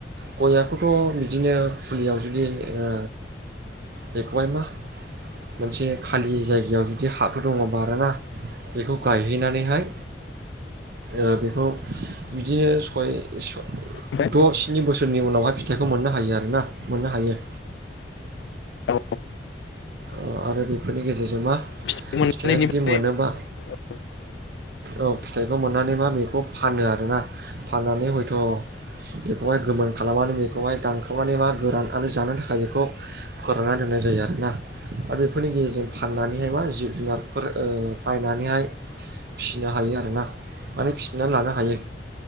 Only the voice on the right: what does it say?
गया बेखौथ' बिदिनो फुलियाव जुदि ओ बेखौहाय मा मोनसे खालि जायगायाव जुदि हाफोर दङ बाराना बेखौ गायहैनानैहाय ओ बेखौ बिदिनो सय स
द' स्नि बोसोरनि उनावहाय फिथाइखौ मोननो हायो आ रोना, मोननो हायो।
ओ आरो बेफोरनि गेजेरजों मा
फिथाइया जुदि मोनोबा औ फिथाइखौ मोननानै मा बेखौ फानो आरोना, फाननानै हयथ' बेखौहाय गोमोन खालामनानै बेखौहाय दानखावनानै मा गोरान आनो जानो थाखाय बेखौ फोरानना दोननाय जायो आरोना। दा बेफोरनि गेजेरजों फाननानैहाय मा जिब जुनारफोर ओ बायनानैहाय फिसिनो हायो आरोना, माने फिसिनानै लानो हायो।